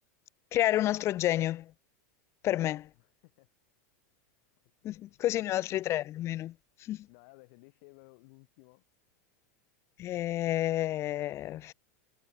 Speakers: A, on the left; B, on the left.
A: creare un altro genio
B: Creare
A: per me,
B: un altro. <laughs> Ok,
A: <laughs> così
B: quindi
A: ne
B: vabbè.
A: ho altri tre almeno. <laughs>
B: No, vabbè, se dicevo l'ultimo,
A: Eh,